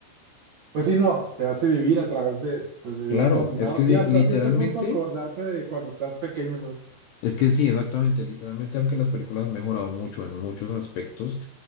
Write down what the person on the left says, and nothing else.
claro,
es que di-
literalmente,
es que sí, exactamente, literalmente aunque las películas han mejorado mucho en muchos aspectos.